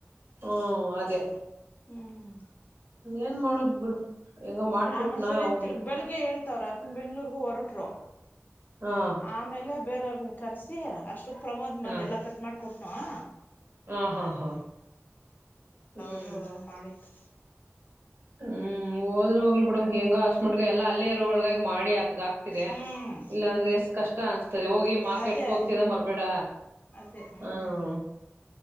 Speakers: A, on the right; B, on the left.
A: ಹ್ಮ ಅದೇ
B: ಹ್ಮ ಹ್ಮ
A: ಏನ್ ಮಾಡೋದ್ ಬಿಡು ಹೆಂಗ ಮಾಡ್ಕೊಟ್ನಾ
B: ಆಮೇಲೆ ಸರಿನ್
A: ಹೋಗ್ಲಿ
B: ತಿರ್ಗ ಬೆಳಿಗ್ಗೆ ಹೇಳ್ತ ಅವ್ರ ಅಪ್ಪನ್ ಬೆಂಗ್ಗಳೂರ್ಗೂ ಹೊರಟರು
A: ಹಾ
B: ಅಮೇಲೆ ಬೇರೆಯವ್ರನ್ನ ಕರೆಸಿ ಅಷ್ಟೊ ಪ್ರಮೋದ್ಂದ
A: ಹಾ
B: ಎಲ್ಲ ಕಟ್ ಮಾಡ ಕೊಟ್ನವಾ
A: ಹಾ ಹಾ ಹಾ ಹ್ಮ
B: ಹ ಮಾಡಿತ್
A: ಹ್ಮ ಹೋದ್ರ ಹೋಗ್ಲಿ ಬಿಡಮ ಹೆಂಗ ಮುಟ್ಗ ಎಲ್ಲಾ ಅಲ್ಲೇ ಇರ ಒಳಗಾಗಿ ಮಾಡಿ ಅತ್ಗಾಕ್ತಿರ
B: ಹ್ಮ್
A: ಇಲ್ಲಾ ಅಂದ್ರೆ ಎಷ್ಟ ಕಷ್ಟ ಅನ್ಸ್ತದೆ ಹೋಗಿ ಮಾರ್ಕೆಟ್ಗೆ
B: ಅದೇ
A: ಹೋಗ್ತಿದ ಮರ್ಬೇಡ
B: ಅದೇ ಹ್ಮ್
A: ಹ್ಮ